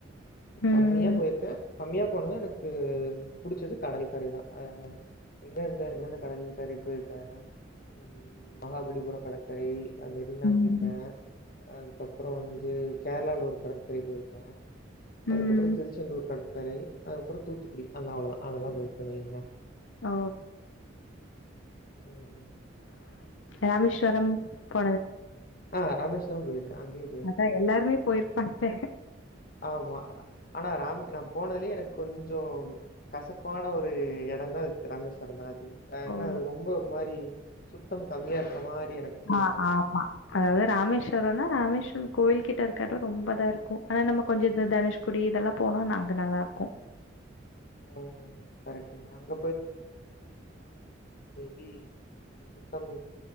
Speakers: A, on the left; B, on the left.
A: ம்
B: கம்மியா போயிருக்கேன் கம்மியா போனது எனக்கு கு புடிச்சது கடல் கரை தான் ஆ எங்கந்த என்னென்ன கடல் கரைக்கு போயிருக்கன் ம் மகாபலிபுர கடற்கரை ஆஹ் மெரினா
A: ம்
B: போயிருக்கேன் அதுக்கப்புறம் வந்து கேரளல ஒரு கடற்கரை போயிருக்கேன் அதுக்கப்புறம்
A: ம்
B: திருச்செந்தூர் கடற் கரை அதுக்கப்புறம் தூத்துக்குடி அந்த அவ்ளோதான் அதெல்லாம் போயிருக்கன் நீங்க
A: ஓ
B: உஹம்
A: ராமேஸ்வரம் போனதுல்
B: ஆஹ் ராமேஸ்வரம் போயிரு க்கன் அங்கியும் போயிருக்கன்
A: அதா எல்லாருமே
B: அங்க ஒரு
A: போயிருப்பாங்க
B: டைம் ஆமா ஆனா ராமே நான் போனதுலயே எனக்கு கொஞ்சம் கசப்பான ஒரு எடன்னா அதுக்கு ராமேஸ்வரம் தான் ஏனா
A: ஓ
B: அது ரொம்ப ஒரு மாரி சுத்தம் கம்மியா இருக்க மாரி எனக்கு பீல்
A: ஆ
B: ஆகும்
A: ஆமா அதாவது ராமேஸ்வரம்னா ராமேஸ்வரம் கோயில்கிட்ட இருக்க எடம் ரொம்ப தான் இருக்கும் ஆனா நம்ம கொஞ்சம் இத தனுஷ்குடி இதெல்லாம் போனோனா அங்க நல்லா இருக்கும்
B: ம் கரெக்ட்டுங்க அங்க பி அந்த சுத்தம்